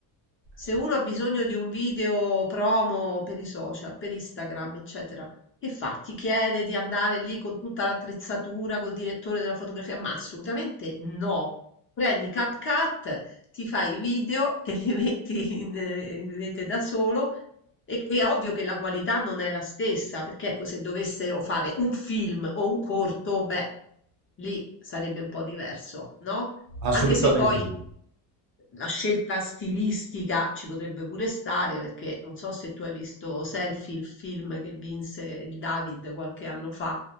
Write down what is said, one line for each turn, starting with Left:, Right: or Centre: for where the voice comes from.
Left: se
Right: Sì.
Left: uno ha bisogno di un video promo per i social, per Instagram, eccetera, che fa? Ti chiede di andare lì con tutta l'attrezzatura, col direttore della fotografia? Ma assolutamente no. Prendi CapCut, ti fai i video, <laughs> te li metti in, eh, in rete da solo. E, è ovvio che la qualità non è la stessa, perché ecco, se dovessero fare un film o un corto, beh, lì sarebbe un po' diverso, no?
Right: Assolutamente
Left: Anche se poi
Right: sì.
Left: la scelta stilistica ci potrebbe pure stare perché non so se tu hai visto Selfie, il film che vinse il David qualche anno fa